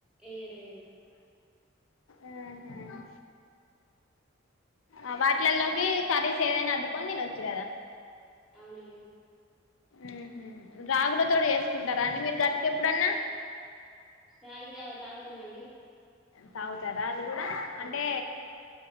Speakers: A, in the centre; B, on the left.
A: ఏయ్యరు ఏయ్యరు
B: అహా ఆ వాటిలల్లోకి కర్రీస్ ఏదైనా అద్కొని తినొచ్చు కదా
A: అవునండి
B: ఉహు రాగుల తోటి చేసుకుంటారండి మీరు గటుక ఎప్పుడన్నా
A: రాగి జావ తాగుతామండి
B: తాగుతారా
A: హ్మ్.
B: అంటే